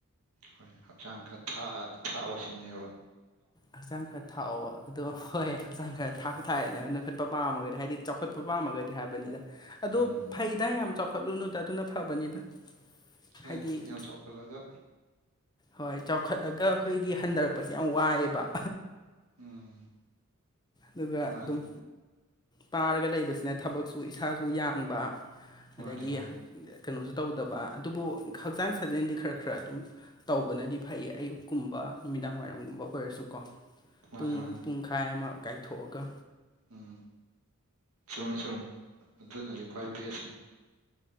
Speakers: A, on the right (about 85°); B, on the left (about 20°).
A: ꯍꯣꯏ ꯍꯛꯆꯥꯡ ꯈꯔ ꯊꯥꯛ ꯊꯥꯛꯑꯣ ꯁꯤꯅꯦꯕ
B: ꯍꯛꯆꯥꯡ ꯈꯔ ꯊꯥꯛꯑꯣ ꯑꯗꯣ ꯍꯣꯏ ꯍꯛꯆꯥꯡ ꯈꯔ ꯊꯥꯛ ꯇꯥꯔꯦꯅ ꯅꯣꯏꯈꯠꯄ ꯄꯥꯝꯃꯒꯗꯤ ꯍꯥꯏꯗꯤ ꯆꯥꯎꯈꯠꯄ ꯄꯥꯝꯃꯒꯗꯤ ꯍꯥꯏꯕꯅꯤꯗ ꯑꯗꯣ
A: ꯎꯝ
B: ꯐꯩꯗ ꯌꯥꯝ ꯆꯥꯎꯈꯠꯂꯨꯅꯨꯗ ꯑꯗꯨꯅ ꯐꯕꯅꯤꯗ
A: ꯍꯣꯏꯗ
B: ꯍꯥꯏꯗꯤ
A: ꯌꯥꯝ ꯆꯥꯎꯈꯠꯂꯒ
B: ꯍꯣꯏ ꯆꯥꯎꯈꯠꯂꯒ ꯑꯩꯈꯣꯏꯒꯤ ꯍꯟꯗꯔꯛꯄꯁꯦ ꯌꯥꯝ ꯋꯥꯏꯑꯦꯕ
A: ꯎꯝ
B: ꯑꯗꯨꯒ
A: ꯃꯥꯅꯤ
B: ꯑꯗꯨꯝ ꯄꯥꯔꯒ ꯂꯩꯕꯁꯤꯅ ꯊꯕꯛꯁꯨ ꯏꯁꯥꯁꯨ ꯌꯥꯡꯕ ꯑꯗꯒꯤ
A: ꯃꯥꯅꯦ ꯃꯥꯅꯦ
B: ꯀꯩꯅꯣꯁꯨ ꯇꯧꯗꯕ ꯑꯗꯨꯕꯨ ꯍꯛꯆꯥꯡ ꯁꯥꯖꯦꯟꯗꯤ ꯈꯔ ꯈꯔ ꯑꯗꯨꯝ ꯇꯧꯕꯅꯗꯤ ꯐꯩꯌꯦ ꯑꯌꯨꯛꯀꯨꯝꯕ ꯅꯨꯃꯤꯗꯥꯡ ꯋꯥꯏꯔꯝꯒꯨꯝꯕ ꯑꯣꯏꯔꯁꯨꯀꯣ
A: ꯃꯥꯅꯦ
B: ꯄꯨꯡꯑꯝ
A: ꯃꯥꯅꯦ
B: ꯄꯨꯡꯈꯥꯏ ꯑꯃ ꯀꯥꯏꯊꯣꯛꯑꯒ
A: ꯎꯝ ꯆꯨꯝꯃꯦ ꯆꯨꯝꯃꯦ ꯑꯗꯨꯅꯗꯤ ꯈ꯭ꯋꯥꯏ ꯕꯦꯁꯅꯦ